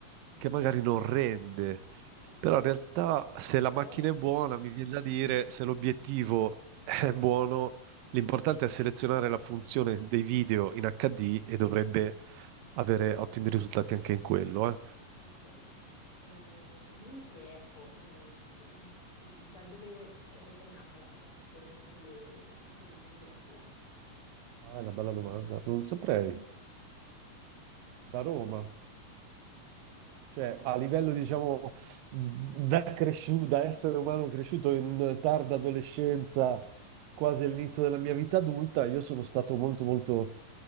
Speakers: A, on the right (about 80°); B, on the left (about 40°).
A: che magari non rende,
B: ok,
A: però in realtà se la
B: però,
A: macchina
B: s-
A: è buona, mi viene da dire, se l'obiettivo è buono, l'importante è selezionare la funzione dei video in HD e dovrebbe avere ottimi risultati anche in quello, eh.
B: ok. Eh, comunque, ecco, eh, mh, da dove è, è nata la tua passione per le- per la fotografia?
A: Ah, è una bella domanda. Non saprei.
B: <laughs>
A: Da Roma. Cioè, a livello, diciamo, da cresciuto, da essere umano cresciuto in tarda adolescenza, quasi all'inizio della mia vita adulta, io sono stato molto, molto